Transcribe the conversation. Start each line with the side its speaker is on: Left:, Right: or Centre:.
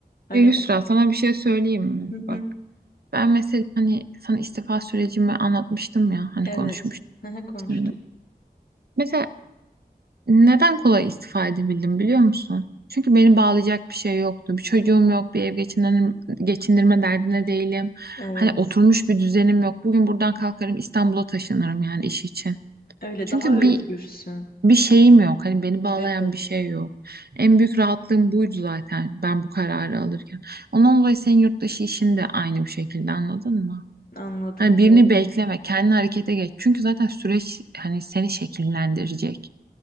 Left: hani
Right: E, Yusra
Left: o-
Right: sana bir şey söyleyeyim mi?
Left: hı hı,
Right: Bak. Ben mesela hani sana istifa sürecimi anlatmıştım ya hani
Left: evet
Right: konuşmuştum
Left: Hı hı, konuştuk.
Right: seninle. Mesela neden kolay istifa edebildim biliyor musun? Çünkü beni bağlayacak bir şey yoktu. Bir çocuğum yok, bir ev geçindirme, geçindirme derdine değilim.
Left: Evet.
Right: Hani oturmuş bir düzenim yok. Bugün buradan kalkarım İstanbul'a taşınırım yani iş için.
Left: Öyle
Right: Çünkü
Left: daha özgürsün.
Right: bir bir şeyim yok. Hani beni bağlayan
Left: Evet.
Right: bir şey yok. En büyük rahatlığım buydu zaten ben bu kararı alırken. Ondan dolayı senin yurt dışı işin de aynı bu şekilde anladın mı?
Left: Anladım
Right: Hani birini
Left: doğru.
Right: bekleme, kendi harekete geç. Çünkü zaten süreç hani seni şekillendirecek.